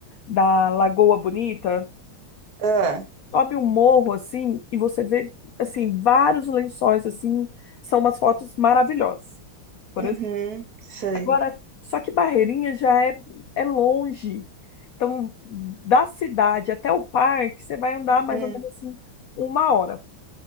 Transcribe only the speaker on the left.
da Lagoa Bonita,
sobe um morro assim e você vê assim vários lençóis assim, são umas fotos maravilhosas. Por
exemplo.
Agora, só que Barreirinha já é é longe. Então, da cidade até o parque, você vai andar mais
ou menos assim uma hora